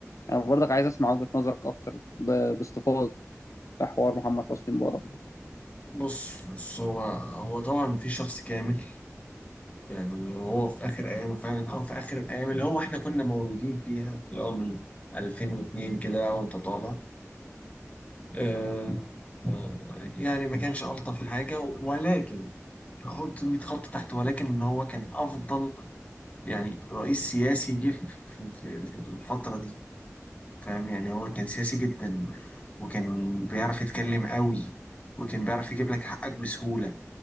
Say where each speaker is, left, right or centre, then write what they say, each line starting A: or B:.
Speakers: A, on the left (about 75°); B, on the left (about 25°).
A: انا برضك عايز اسمع وجهه نظرك اكتر ب- باستفاضه في حوار محمد حسني مبارك ده
B: بص بص هو هو طبعا في شخص كامل يعني وهو في اخر ايامه فعلا او في اخر الايام اللي هو احنا كنا مولودين فيها اللي هو من 2002 كده وانت طالع آه آه، يعني ما كانش الطف حاجه ولكن احط 100 خط تحت ولكن ان هو كان افضل يعني رئيس سياسي جه في في- في الفتره دي فاهم يعني هو كان سياسي جدا وكان بيعرف يتكلم قوي وكان بيعرف يجيب لك حقك بسهولة